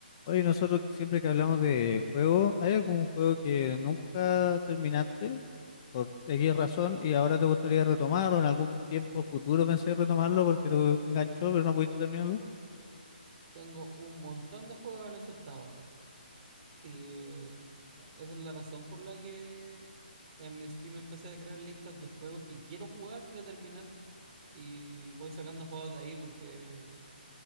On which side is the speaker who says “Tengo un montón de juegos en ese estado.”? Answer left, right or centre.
Right